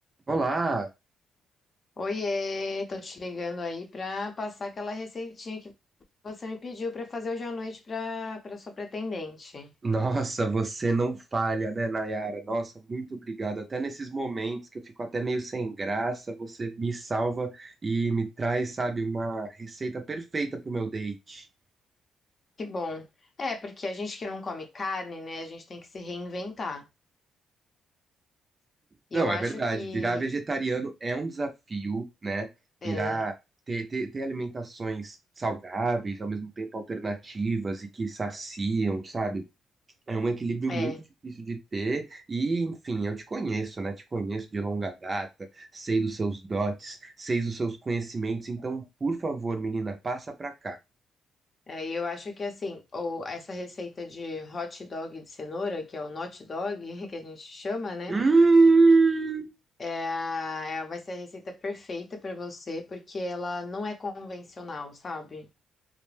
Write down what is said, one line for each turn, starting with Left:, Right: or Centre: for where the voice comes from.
Right: Olá!
Left: Oiê, tô te ligando aí pra passar aquela receitinha que você me pediu pra fazer hoje à noite pra para sua pretendente.
Right: Nossa, você não falha, né, Nayara? Nossa, muito obrigado. Até nesses momentos que eu fico até meio sem graça, você me salva e me traz, sabe, uma receita perfeita pro meu date.
Left: Que bom. É, porque a gente que não come carne, né, a gente tem que se reinventar. E
Right: Não,
Left: eu acho
Right: é verdade,
Left: que
Right: virar vegetariano é um desafio, né?
Left: é,
Right: Virar, ter, ter, ter alimentações saudáveis, ao mesmo tempo alternativas e que saciam, sabe? É um equilíbrio
Left: é,
Right: muito difícil de ter, e enfim, eu te conheço, né? Te conheço de longa data, sei dos seus dotes, sei dos seus conhecimentos, então, por favor, menina, passa pra cá.
Left: é, e eu acho que assim, ou essa receita de hot dog de cenoura, que é o not dog, <laughs> que a gente chama, né?
Right: Hum,
Left: É a, é a- vai ser a receita perfeita pra você, porque ela não é convencional, sabe?